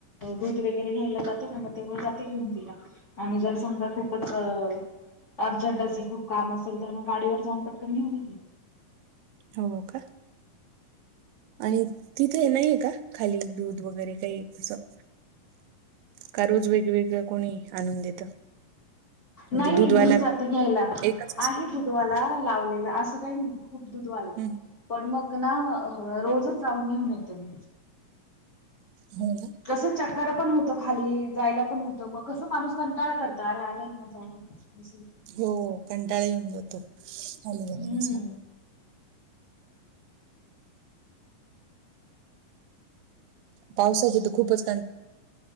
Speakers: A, on the left (about 30°); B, on the right (about 85°).
A: दूधं वगैरें घ्यांयला जाते नां मंग ते मुळें जाते घेऊन तिला आमच्या तिथं जरं समजां खूपचं अं अर्जंट असेल खूंप कामं असेल तरं मंग गांडीवर जाऊंन पटकन घेऊंन येते
B: हो कां आणि तिथे नाहीये कां खाली दूधं वगैरें कांहीं अससं कां रोज वेगवेगळं कोणी आंणून देतं म्हणजे
A: नाहीं
B: दूधवाला
A: मी जात्री घ्यांयला
B: एकच असतो
A: आणि दुध दूधवांला लावलेलं असं कांहीं नाहीं दुधवालं
B: हम्म.
A: पणं मंग नां रोजचं जाऊंन घेऊन येते मी
B: हो नां
A: कसं चक्कर पणं होतं खाली जायलां पणं होतं मंग कसं माणूंस कंटाळा करतो अरे आलांय नां असलं
B: हो कंटाळा येऊन जातो खाली जायला.
A: हम्मं
B: पावसाचे तरं खूपचं